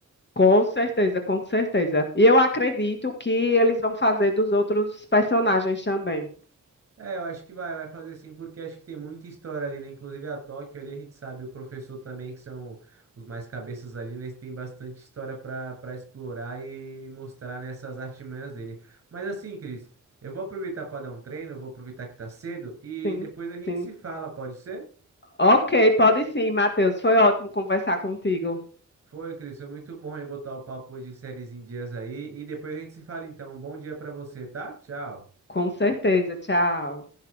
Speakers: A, on the left; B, on the right.
A: Com certeza, com certeza. E eu acredito que eles vão fazer dos outros personagens também.
B: É, eu acho que vai, vai fazer sim, porque acho que tem muita história ali, né? Inclusive a Tóquio ali, a gente sabe, o professor também, que são os mais cabeças ali, né? Eles têm bastante história para para explorar e, e mostrar nessas artimanhas dele. Mas assim, Cris, eu vou aproveitar para dar um treino, vou aproveitar que tá cedo e
A: Sim,
B: depois a gente
A: sim.
B: se fala, pode ser?
A: Ok, pode sim, Matheus. Foi ótimo conversar contigo.
B: Foi, Cris, foi muito bom em botar o papo de séries em dias aí. E depois a gente se fala então. Um bom dia pra você, tá? Tchau.
A: Com certeza. Tchau.